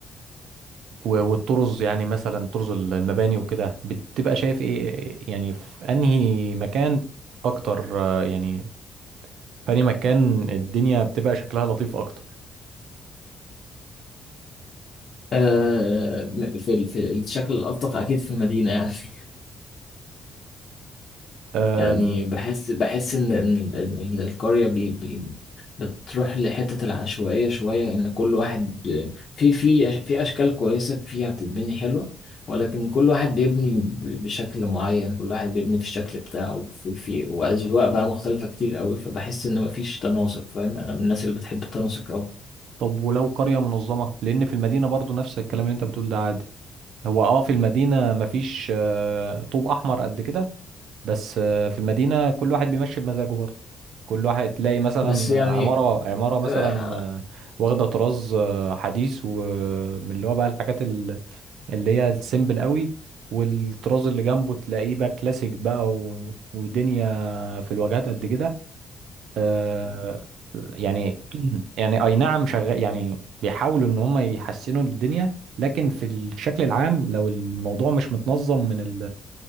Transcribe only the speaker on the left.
آه، في ال- في الشكل الألطف أكيد في المدينة يعني <laughs>
يعني بحس بحس ان ان إن- إن القريه بي بي بتروح لحته العشوائيه شويه ان كل واحد ب- في في في اشكال كويسه فيها بتتبني حلوه ولكن كل واحد بيبني ب- بشكل معين كل واحد بيبني في الشكل بتاعه في في واذواق بقى مختلفه كتير قوي فبحس ان مفيش تناسق فاهم انا من الناس اللي بتحب التناسق قوي
بس يعني
آه،